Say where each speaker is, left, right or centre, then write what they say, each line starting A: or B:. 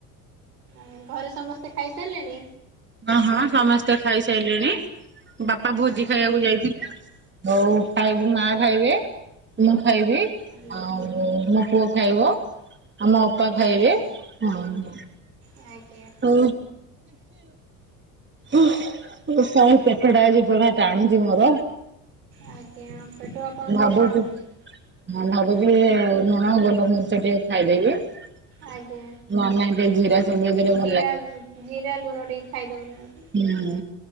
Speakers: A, on the right; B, on the right.
A: ଆଉ ଘରେ ସମସ୍ତେ ଖାଇ ସାରିଲେଣି?
B: ହଁ ହଁ ସମସ୍ତେ ଖାଇ ସାରିଲେଣି ବାପା ଭୋଜି
A: ଆଜ୍ଞା
B: ଖାଇବାକୁ ଯାଇଥିଲେ ଆଉ ଖାଇବୁ
A: ଆଜ୍ଞା
B: ମା ଖାଇବେ ମୁଁ ଖାଇବି
A: ଆଜ୍ଞା
B: ଆଉ ମୋ ପୁଅ ଖାଇବ ଆମ ଅପା ଖାଇବେ
A: ଆଜ୍ଞା
B: ହଁ।
A: ଆଜ୍ଞା।
B: ଓ <inaudible> ଓ ମୋ ତଳି ପେଟ ଟା ଆଜି ପୁରା ଟାଣୁ ଛି ମୋର।
A: ଆଜ୍ଞା ପେଟ ଆପଣଙ୍କର
B: ଭାବୁଛି
A: ଟାଣୁଛି।
B: ହଁ ଭାବୁଛି
A: ଆଜ୍ଞା
B: <inaudible> ହଁ ଗୋଲ ମରିଚ ଟିକେ ଖାଇଦେବି ନହେଲେ
A: ଆଜ୍ଞା
B: ନାଇଁ ଟିକେ ଜିରା ଚୋବେଇ ଦେଲେ ଭ
A: ଜିରା ଜିରା ଲୁଣ ଟିକେ ଖାଇ ଦଉନାହାନ୍ତି।
B: ହୁଁ।